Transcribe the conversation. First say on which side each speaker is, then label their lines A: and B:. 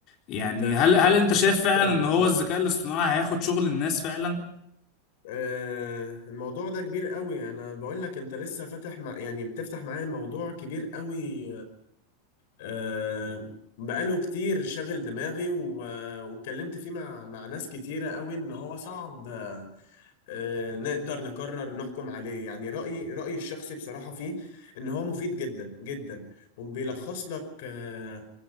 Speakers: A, on the left (about 45°); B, on the left (about 70°).
A: يعني
B: انت انت
A: هل هل
B: فتحت
A: انت شايف فعلا
B: موضوع
A: ان هو الذكاء الاصطناعي هياخد شغل الناس فعلا
B: آه الموضوع ده كبير قوي انا بقول لك انت لسه فاتح مع يعني بتفتح معايا موضوع كبير قوي آه بقاله كتير شاغل دماغي و- واتكلمت فيه مع مع ناس كتيرة قوي ان هو صعب آه، نقدر نقرر نحكم عليه يعني رأيي رأيي الشخصي بصراحة فيه إن هو مفيد جدا جدا وبيلخص لك آه،